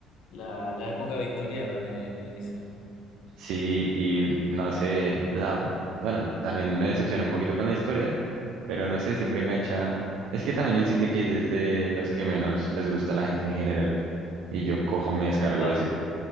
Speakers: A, on the left; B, on the right.
A: La, la época victoriana, le, le dicen.
B: sí, y no sé, o sea, bueno, también me decepcionó un poquito con la historia Pero no sé, siempre engancha. Es que también el Syndicate es de los que menos les gusta a la gente en general. Y yo cojo, me descargo
A: Ah,
B: ese.